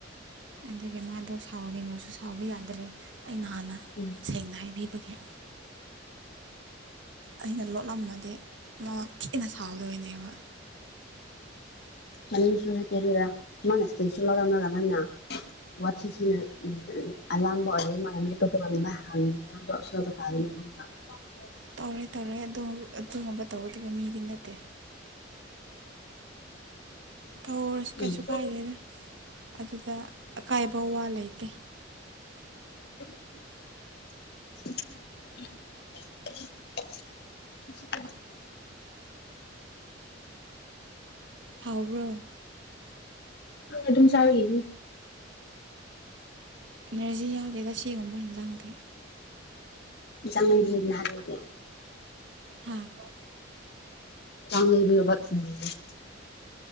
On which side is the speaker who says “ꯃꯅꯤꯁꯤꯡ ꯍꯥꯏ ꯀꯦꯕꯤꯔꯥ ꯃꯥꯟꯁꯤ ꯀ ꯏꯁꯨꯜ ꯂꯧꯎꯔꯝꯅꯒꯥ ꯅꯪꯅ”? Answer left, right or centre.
Left